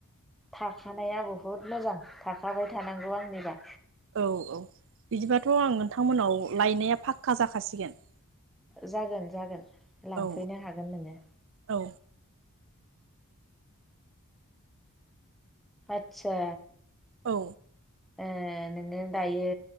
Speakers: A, in the centre; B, on the right.
A: थाखानाया बुहुद मोजां थाखाबाय थानांगौ आंनिबा।
B: औ औ बिदिबाथ' आं नोंथांमोनाव लायनाया फाखका जाखासिगोन।
A: जागोन जागोन लांफैनो
B: औ
A: हागोन नोङो।
B: औ
A: आतसा
B: औ
A: ए नोङो दायो